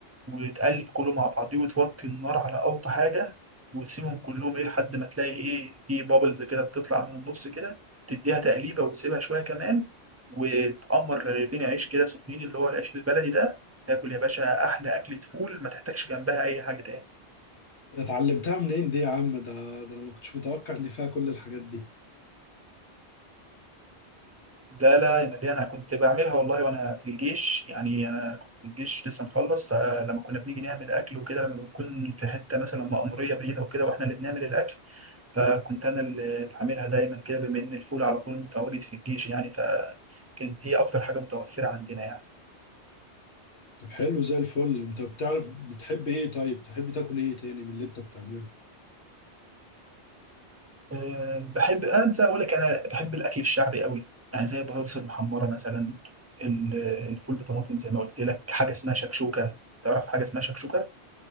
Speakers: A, on the right; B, on the left.
A: وتقلب كله مع بعضيه وتوطي النار على أوطى حاجة وتسيبهم كلهم إيه لحد ما تلاقي إيه في بابلز كده بتطلع من النص كده تديها تقليبة وتسيبها شوية كمان وتقمر رغيفين عيش كده سخنين اللي هو العيش البلدي ده تاكل يا باشا أحلى أكلة فول ما تحتاجش جنبها أي حاجة تاني
B: اتعلمتها منين دي يا عم ده ده انا ما كنتش متوقع ان فيها كل الحاجات دي
A: لا لا يا مريم أنا كنت بعملها والله وأنا في الجيش يعني أنا كنت في الجيش لسه مخلص فلما كنا بنيجي نعمل أكل وكده لما بنكون في حتة مثلا مأمورية بعيدة وكده وإحنا اللي بنعمل الأكل فكنت انا اللي بعملها دايما كده بما ان الفول على طول متواجد في الجيش يعني فكانت دي اكتر حاجه متوفره عندنا يعني
B: طب حلو زي الفل انت بتعرف بتحب ايه طيب تحب تاكل ايه تاني من اللي انت بتعمله
A: أه، بحب انسى اقول لك انا بحب الاكل الشعبي قوي يعني زي البطاطس المحمره مثلا ال- الفول بطماطم زي ما قلت لك حاجه اسمها شكشوكه تعرف حاجه اسمها شكشوكه